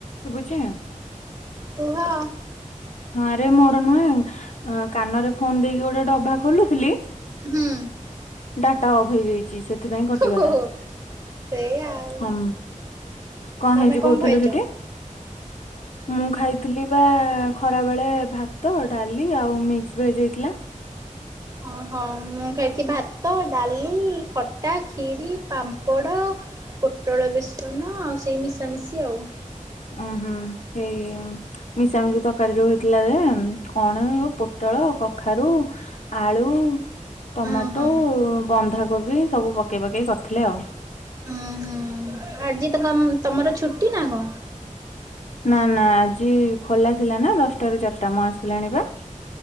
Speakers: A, on the left; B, on the right.
A: ଶୁଭୁଛି।
B: କୁହ।
A: ହଁରେ ମୋର ନୁହେଁ କାନରେ ଫୋନ ଦେଇକି ଗୋଟେ ଡବା ଖୋଲୁଥିଲି
B: ହୁଁ
A: ଡାଟା ଅଫ ହେଇଯାଇଛି ସେଥିପାଇଁ କଟିଗଲା।
B: ହୁଁ ସେଇ ଆଉ
A: ହଁ କଣ
B: ତମେ
A: ହେଇଛି କହୁଥିଲୁ
B: ଖାଇଛ?
A: ସେଠି ମୁଁ ଖାଇଥିଲି ବା ଖ ଖରା ବେଳେ ଭାତ ଡାଲି ଆଉ ମିକ୍ସଭେଜ ହେଇଥିଲା।
B: ହଁ। ହଁ ମୁଁ ଖାଇଛି ଭାତ ଡାଲି ଖଟା ଖିରି ପାମ୍ପଡ଼। ପୋଟଳ ବେସନ ଆଉ ସେଇ ମିଶାମିଶି ଆଉ।
A: ଉଁ ହୁଁ ସେଇ ମିଶାମିଶା ତରକାରୀ ଯୋଉ <unintelligible> ପିଲ ଯେ କଣ ପୋଟଳ କଖାରୁ ଆଳୁ ଟମାଟୋ
B: ଉଁ ହୁଁ
A: ବନ୍ଧାକୋବି ସବୁ ପକେଇ ପକେଇ କରିଥିଲେ ଆଉ।
B: ଉୁଁ ହୁଁ ଆଜି ତମ ତମର ଛୁଟି ନା କଣ?
A: ନା ନା ଆଜି ଖୋଲା ଥିଲା ନା ଦଶଟା ରୁ ଚାରିଟା ମୁଁ ଆସିଲିଣୀ ପା।